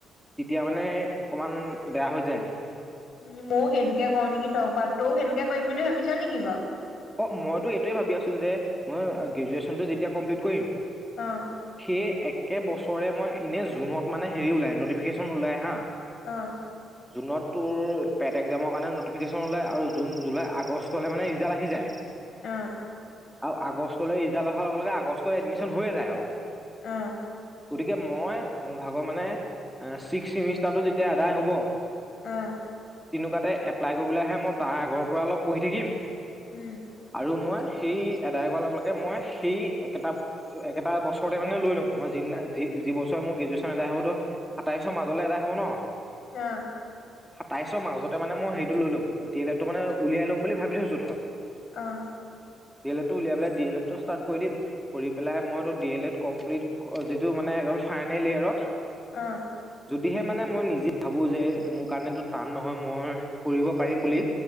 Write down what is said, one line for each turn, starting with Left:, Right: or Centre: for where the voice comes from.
Centre: তেতিয়া মানে অকমান বেয়া হৈ যায়।
Left: উ মই সেইটোকে কৰোঁ নেকি? তই কৰা তও সেইটোকে কৰিম বুলি ভাবিছা নেকি বাও?
Centre: অ মইতো এইটোৱে ভাবি আছো যে মই গ্ৰেজুৱেশ্বনটো যেতিয়া কমপ্লিট কৰিম
Left: অঁ।
Centre: সেই একে বছৰে মই এনেই জুনত মানে হেৰি ওলাই নটিফিকেশন ওলাই হা।
Left: অহ।
Centre: <inaudible> জুনত তোৰ পেট একজামৰ কাৰণে ন'টিফিকেশ্যন ওলায় আৰু জুন, জুলাই, আগষ্টলে মানে ৰিজাল্ট আহি যায়।
Left: অঁ।
Centre: আৰু আগষ্টলে ৰিজাল্ট অহাৰ লগে লগে আগষ্টত এডমিশন হৈয়ে যায় আও।
Left: অহ।
Centre: গতিকে মই মোৰ ভাগৰ মানে এ ছিক্স চেমিষ্টাৰটো যেতিয়া আদায় হ'ব
Left: অহ।
Centre: তেনেকুৱাতে এপ্লাই কৰিবলে আহে মই তাৰ আগৰ পৰা অলপ পঢ়ি থাকিম
Left: উম।
Centre: আৰু মই সেই আদায় কৰাৰ লগে লগে মই সেই একেটা একেটা বছৰতে মানে লৈ ল'ম, মই যিদিনা যি বছৰ মোৰ গ্ৰেজুৱেশ্যন এদায় হ'বত সাতাইছৰ মাজলে আদায় হ'ব ন
Left: অঁহ।
Centre: সাতাইছৰ মাজতে মানে মই হেৰিটো লৈ ল'ম, ডি এল এ টো মানে উলিয়াই লম বুলি ভাবি থৈছো ধৰ।
Left: অহ।
Centre: ডি এল এডটো উলিয়াই পেলাই ডি এল এডটো ষ্টাৰ্ট কৰি দিম। কৰি পেলাই মইটো ডি এল এড কমপ্লিট, যিটো মানে একেবাৰে ফাইনেল ইয়েৰত
Left: অঁ।
Centre: যদিহে মানে মই নিজেই ভাবোঁ যে, মোৰ কাৰণেতো টান নহয় মই কৰিব পাৰিম বুলি